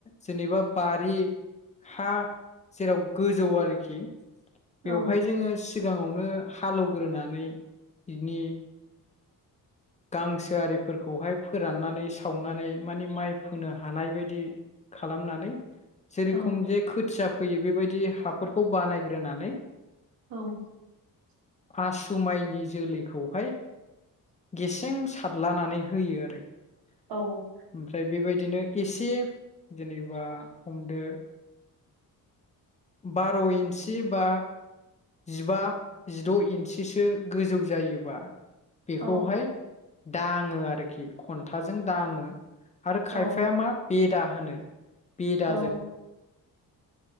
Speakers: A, on the left; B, on the right.
A: जेनेबा बारि हा जेराव गोजौ आरोखि बेवहाय
B: औ
A: जोङो <unintelligible> सिगाङावनो हालौवग्रोनानै बिनि गांसोआरिफोरखौहाय फोराननानै सावनानै माने माइ फोनो हानाय बायदि खालामनानै जेरुखुम
B: औ
A: जे खोथिया फैयो बेबायदि हाफोरखौ बानायग्रोनानै
B: औ
A: आसुमायनि जोलैखौहाय गेसें सारलानानै होयो आरो ओमफ्राय
B: औ
A: बेबायदि बिदिनो एसे जेनेबा हमदो बार इन्सि बा जिबा जिदइन्सिसो गोजौ जायोबा बेखौहाय
B: औ
A: दाङो आरोखि खन्थाजों दाङो आरो खायफाया
B: औ
A: मा बेदा हानो बे दाजों
B: औ